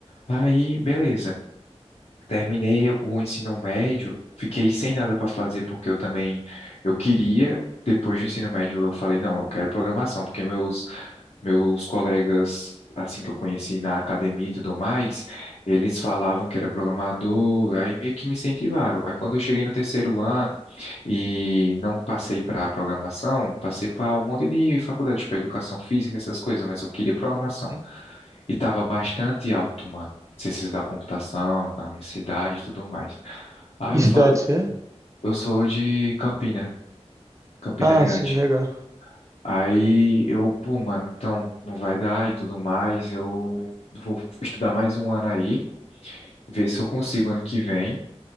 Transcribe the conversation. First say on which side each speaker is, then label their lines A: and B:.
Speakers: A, on the left; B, on the right.
A: Aí, beleza. Terminei o ensino médio, fiquei sem nada pra fazer porque eu também eu queria Depois do ensino médio, eu falei, não, eu quero programação, porque meus meus colegas, assim que eu conheci na academia e tudo mais, eles falavam que era programador, aí meio que me incentivaram. Aí quando eu cheguei no terceiro ano e não passei para programação, passei para um monte de faculdade, tipo educação física, essas coisas, mas eu queria programação.
B: Uhum.
A: E tava bastante alto, mano, ciências da computação, na minha cidade e tudo mais. Aí
B: Que
A: eu
B: cidade
A: falo,
B: você é?
A: eu sou de Campina, Campina
B: Ah,
A: Grande.
B: sim, legal.
A: Aí eu, pô, mano, então não vai dar e tudo mais. Eu vou estudar mais um ano aí, ver se eu consigo ano que vem.